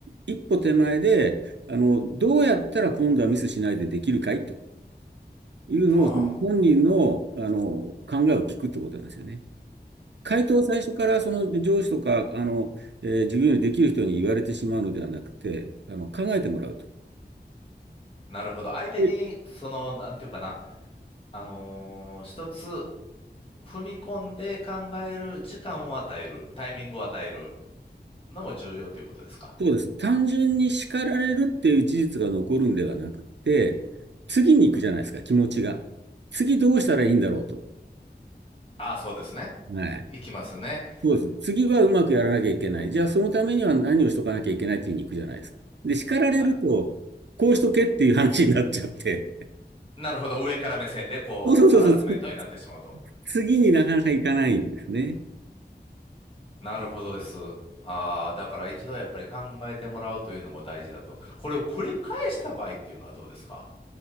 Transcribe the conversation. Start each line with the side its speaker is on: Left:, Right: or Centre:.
Right: 一歩手前で、あの、どうやったら今度はミスしないでできるかいというのを、
Left: ああ、
Right: 本人の、あの、考えを聞くってことなんですよね。回答を最初からその上司とか、あの、えー自分よりできる人に言われてしまうのではなくて、あの、考えてもらうと。
Left: なるほど。相手に、
Right: で、
Left: その、なんていうかな、あのー一つ踏み込んで考える時間を与える、タイミングを与えるのも重要ということですか
Right: そうです。単純に叱られるっていう事実が残るんではなくて、次に行くじゃないですか、気持ちが。次どうしたらいいんだろうと。
Left: ああ、そうですね。
Right: はい。
Left: いきますね。
Right: そうです。次はうまくやらなきゃいけない。
Left: ん
Right: じゃあそのためには何をしとかなきゃいけないっていうふうに行くじゃないですか。で、叱られると、
Left: あ、
Right: こうしとけっていう話になっちゃって。
Left: なるほど。上から目線で、こう、
Right: そうそうそうそう。
Left: ハラスメントになってしまうと。
Right: 次になかなか行かないんですね。
Left: なるほどです。ああ、だから一度やっぱり考えてもらうというのも大事だと。これを繰り返した場合っていうのはどうですか